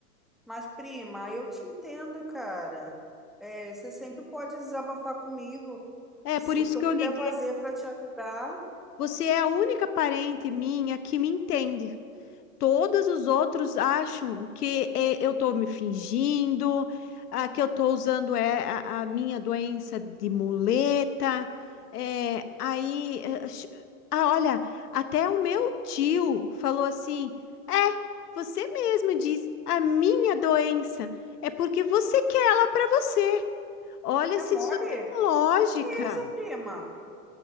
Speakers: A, in the centre; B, on the left.
A: Mas, prima, eu te entendo, cara. É, você sempre pode desabafar comigo.
B: É
A: Se-
B: por isso
A: O que eu
B: que
A: puder
B: eu liguei.
A: fazer para te ajudar
B: Você é a única parente minha que me entende. Todos os outros acham que é, eu tô me fingindo, ah, que eu tô usando é, a, a minha doença de muleta. É, aí, eh, ch- ah, olha, até o meu tio falou assim: É, você mesma diz, a minha doença é porque você quer ela pra você. Olha
A: é
B: se
A: mole?
B: isso tem lógica.
A: Que isso, prima?